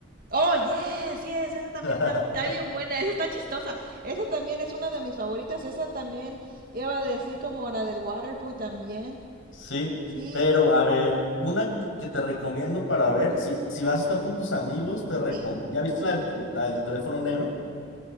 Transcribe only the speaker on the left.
<laughs>
Sí.
Pero a ver, una que te recomiendo para ver, si, si vas a estar con tus amigos, te recomiendo.
¿Ya viste la del t- la del teléfono negro?